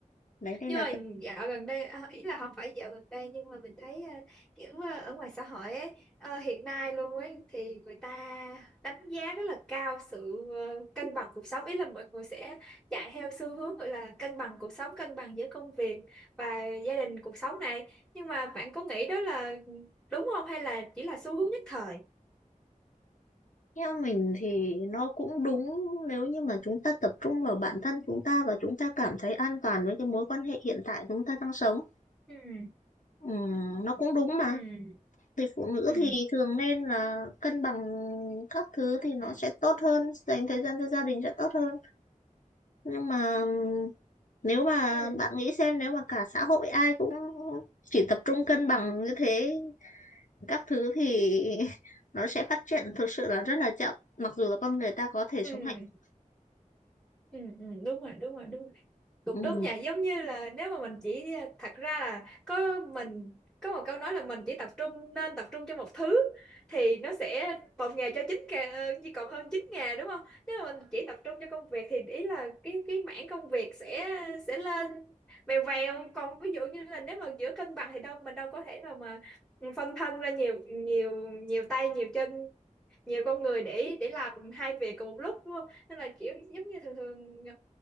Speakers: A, on the left; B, in the centre.
A: đấy nên
B: nhưng
A: là
B: mà
A: tự-
B: dạo gần đây à, ý là không phải dạo gần đây nhưng mà mình thấy ờ, kiểu ờ, ở ngoài xã hội ấy ờ, hiện nay luôn ấy thì người ta đánh giá rất là cao sự ờ, cân bằng cuộc sống ý là mọi người sẽ chạy theo xu hướng gọi là cân bằng cuộc sống cân bằng giữa công việc và gia đình cuộc sống này nhưng mà bạn có nghĩ đó là đúng không hay là chỉ là xu hướng nhất thời
A: theo mình thì nó cũng đúng nếu như mà chúng ta tập trung vào bản thân chúng ta và chúng ta cảm thấy an toàn với cái mối quan hệ hiện tại chúng ta đang sống
B: ừ
A: Ừm, nó cũng đúng mà
B: ừ
A: thì phụ nữ
B: ừ
A: thì thường nên là cân bằng các thứ thì nó
B: ừ
A: sẽ tốt hơn dành thời gian cho gia đình sẽ tốt hơn nhưng mà nếu mà
B: ừ
A: bạn nghĩ xem nếu mà cả xã hội ai cũng chỉ tập trung cân bằng như thế các thứ thì <laughs> nó sẽ phát triển thực sự là rất là chậm mặc dù là con người ta có thể
B: ừ
A: sống hạnh phúc
B: ừ, Ừ. đúng rồi đúng rồi đúng rồi Cũng
A: ừ.
B: đúng nha, giống như là nếu mà mình chỉ thật ra là có mình có một câu nói là mình chỉ tập trung nên tập trung cho một thứ thì nó sẽ một ngày cho chín ngà chỉ còn hơn chín ngày đúng không? Nếu mà mình chỉ tập trung cho công việc thì ý là cái cái mảng công việc sẽ sẽ lên vèo vèo còn ví dụ như là nếu mà giữa cân bằng thì đâu mình đâu có thể nào mà ừ, phân thân ra nhiều nhiều nhiều tay nhiều chân nhiều con người để để làm hai việc cùng một lúc đúng không nên là kiểu giống như thường thường